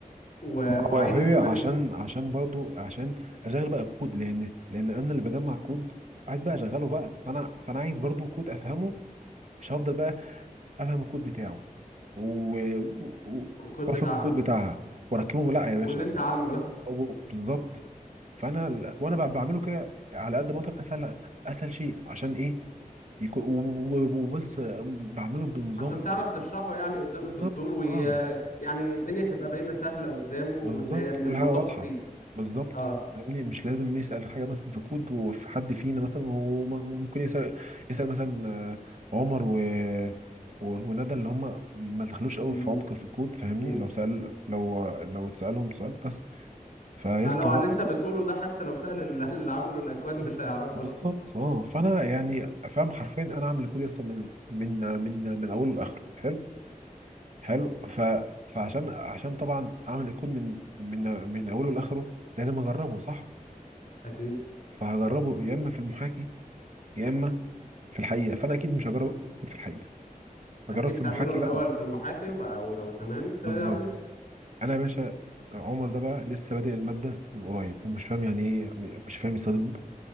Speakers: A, on the left; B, on the right.
A: و...
B: ما
A: وعايز
B: هو يا حبيبي
A: كمان
B: عشان عشان برضو عشان اشغل بقى كود لان لان انا اللي بجمع كود عايز بقى اشغله بقى فانا فانا عايز برضو كود افهمه مش هفضل بقى افهم الكود بتاعه و... و...
A: الكود
B: وافهم
A: بتاعها
B: الكود بتاعها واركبهم لا يا
A: واللي
B: باشا
A: انت عامله
B: أو- بالظبط فانا ال- وانا ب- بعمله كده على قد ما اقدر اسهل اسهل شيء عشان ايه يكون وبص بعمله بنظام
A: عشان
B: ومش
A: تعرف
B: عارف-
A: تشرحه يعني قدام
B: بالظبط
A: الدكتور وي...
B: اه
A: يعني الدنيا تبقى باينة سهلة قدامه وان
B: بالظبط
A: هي- ان
B: كل
A: الموضوع
B: حاجه واضحه
A: بسيط
B: بالظبط
A: اه
B: فاهمني مش لازم يسال حاجه مثلا في كود وفي حد فينا مثلا هو م- ممكن يسال يسال مثلا آه، عمر و و- وندى اللي هم ما دخلوش قوي
A: م-
B: في عمق في الكود فاهمني
A: م.
B: لو سال لو لو اتسالهم سؤال بس فيسطا
A: ما لو على اللي انت بتقوله ده حتى لو سأل ال- <laughs> اللي عملوا الاكواد مش هيعرفوا
B: بالظبط اه فانا يعني فاهم حرفيا انا اعمل الكود يا اسطى من من من من اوله لاخره حلو حلو ف فعشان عشان طبعا اعمل الكود من من من اوله لاخره لازم اجربه صح
A: اكيد
B: فهجربه يا اما في المحاكي يا اما في الحقيقه فانا اكيد مش هجرب الكود في الحقيقه
A: اكيد
B: هجرب في
A: تعمله
B: المحاكي
A: الاول
B: الاول
A: في المحاكي وبقى ولو تمام تعمله
B: بالظبط انا يا باشا عمر ده بقى لسه بادئ الماده من قريب ومش فاهم يعني ايه مش فاهم يستخدم